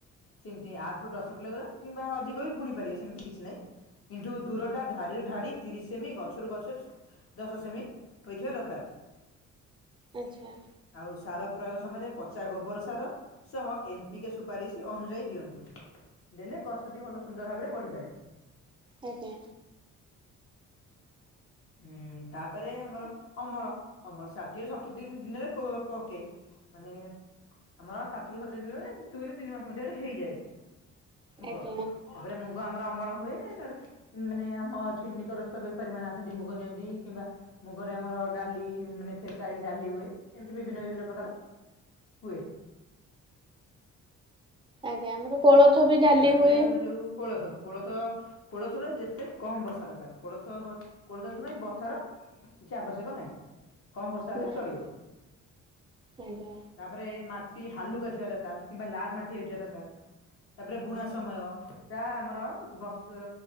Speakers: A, on the left; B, on the right.
A: ସେମିତି ଆଠ ରୁ ଦଶ କିଲୋଗ୍ରାମ କିମ୍ବା ଅଧିକ ବି ବୁଣି ପାରିବ ସେମିତି କିଛି ନାହିଁ କିନ୍ତୁ ଦୂରଟା ଧାଡିରୁ ଧାଡି ତିରିଶ ସେମି ଗଛରୁ ଗଛ ଦଶ ସେମି ହୋଇଥିବା ଦରକାର
B: ଆଚ୍ଛା।
A: ଆଉ ସାର ପ୍ରୟୋଗ ସମୟରେ ପଚା ଗୋବର ସାର ସହ ଏନ୍ପିିକେ ସୁପାରିଶ ଅନୁଯାୟୀ ଦିଅନ୍ତୁ ଦେଲେ ଗଛଟି ଭଲ ସୁନ୍ଦର ଭାବରେ ବଢିପାରେ
B: ଆଜ୍ଞା।
A: ହୁଁ ତାପରେ ଆମର ଅମଳ ଅମଳ ଷାଠିଏରୁ ସତୁରି ଦ ଦିନରେ ପକେ ମାନେ ଆମର ସାତରୁ ସାତୁିନ ଦୁଇରୁ ତିନି ମାସ ମଧ୍ୟରେ ହେଇଯାଏ। ମୁଗ
B: ଆଜ୍ଞା
A: ତାପରେ ମୁଗ ଆମର ଅମଳ ହୁଏ ତାର ମାନେ ଆମ ଏଠି ନିକଟସ୍ଥ ବେପାରୀ ମାନେ ଅନ୍ତି ମୁଗ ନିଅନ୍ତି କିମ୍ବା ମୁଗରେ ଆମର ଡାଲି ମାନେ ଫେସା ଡାଲି ହୁଏ ଏମିତି ବିଭିନ୍ନ ବିଭିନ୍ନ ପ୍ରକାର ହୁଏ
B: ଆଜ୍ଞା ଆମର କୋଳଥ ବି ଡାଲି
A: ତାପରେ
B: ହୁଏ।
A: ଆମର ଯୋଉ କୋଳଥ କୋଳଥ କୋଳଥରେ ଯେତେ କମ ବର୍ଷା ଦରକାର କୋଳଥ କୋଳଥ ପାଇଁ ବର୍ଷା ର କିଛି ଆବଶ୍ୟକ ନାହିଁ କମ ବର୍ଷା ହେଲେ
B: ନାହିଁ
A: ଚଳିବ
B: ଆଜ୍ଞା
A: ତାପରେ ମାଟି ହାଲୁକା ଥିବା ଦରକାର କିମ୍ବା ଲାଲ ମାଟି ହେଇଥିବା ଦରକାର ତାପରେ ବୁଣା ସମୟ ଯାହା ଆମର ବର୍ଷ